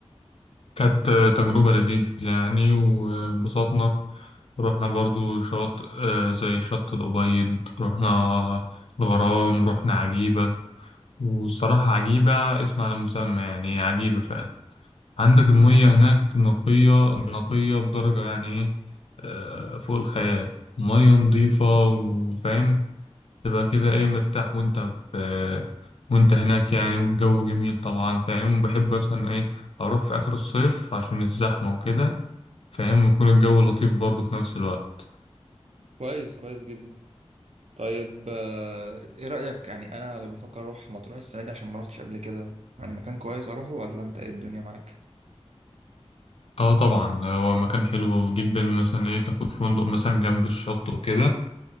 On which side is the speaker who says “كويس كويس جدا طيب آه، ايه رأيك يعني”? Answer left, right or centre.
Right